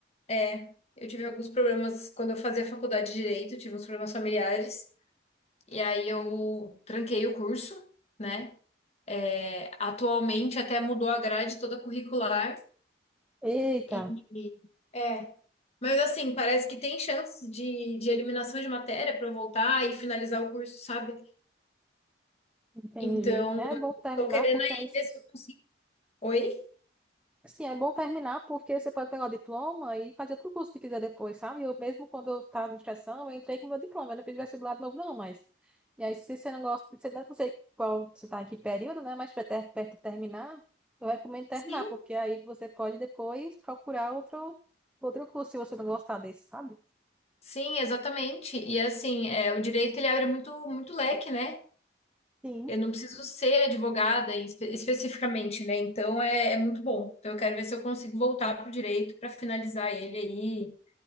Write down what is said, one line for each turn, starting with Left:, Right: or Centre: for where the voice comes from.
Left: É, eu tive alguns problemas quando eu fazia faculdade de direito, tive uns problemas familiares, e aí eu tranquei o curso, né? É, Atualmente até mudou a grade toda curricular.
Centre: Eita,
Left: E, é. Mas assim, parece que tem chance de, de eliminação de matéria para eu voltar e finalizar o curso, sabe?
Centre: entendi.
Left: Então,
Centre: É bom terminar
Left: tô querendo
Centre: porque
Left: aí
Centre: é isso.
Left: ver se eu consigo. Oi?
Centre: Sim, é bom terminar porque você pode pegar o diploma e fazer outro curso se quiser depois, sabe? Eu mesmo quando eu estava na administração, eu entrei com meu diploma, eu não pedi vestibular de novo, não, mas. E aí, se você não gosta, você não sei qual você está em que período, né? Mas se tiver perto de terminar, eu recomendo terminar,
Left: Sim,
Centre: porque aí você pode depois procurar outro, outro curso se você não gostar desse, sabe?
Left: sim, exatamente. E assim, é, o direito ele abre muito, muito leque, né?
Centre: Sim.
Left: Eu não preciso ser advogada espe- especificamente, né? Então é, é muito bom. Então eu quero ver se eu consigo voltar pro direito para finalizar ele aí